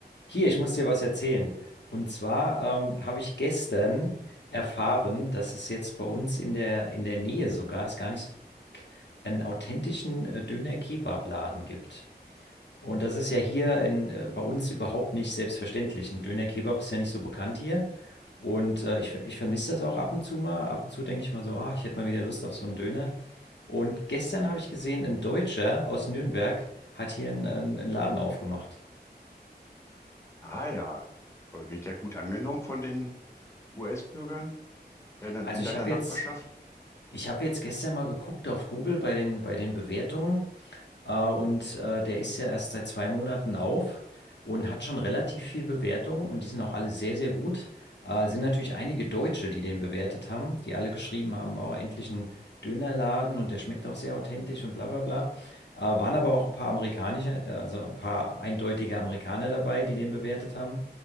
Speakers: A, on the left; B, on the left.
A: Hier, ich muss dir was erzählen. Und zwar ähm, habe ich gestern erfahren, dass es jetzt bei uns in der, in der Nähe sogar, ist gar nicht so, weit, einen authentischen äh, Döner-Kebab-Laden gibt. Und das ist ja hier in, äh, bei uns überhaupt nicht selbstverständlich. Ein Döner-Kebab ist ja nicht so bekannt hier. Und äh, ich, ver- ich vermisse das auch ab und zu mal. Ab und zu denke ich mal so, ah, ich hätte mal wieder Lust auf so einen Döner. Und gestern habe ich gesehen, ein Deutscher aus Nürnberg hat hier einen, einen einen Laden aufgemacht.
B: Ah ja, Äh, wird der gut angenommen von den US-Bürgern deiner, in
A: Also ich
B: deiner
A: habe
B: Nachbarschaft?
A: jetzt Ich habe jetzt gestern mal geguckt auf Google bei den, bei den Bewertungen. Äh, und äh, der ist ja erst seit zwei Monaten auf und hat schon relativ viel Bewertungen und die sind auch alle sehr, sehr gut. Äh, sind natürlich einige Deutsche, die den bewertet haben, die alle geschrieben haben, oh, endlich ein Dönerladen und der schmeckt auch sehr authentisch und bla bla bla. Äh, waren aber auch ein paar amerikanische, äh, also ein paar eindeutige Amerikaner dabei, die den bewertet haben.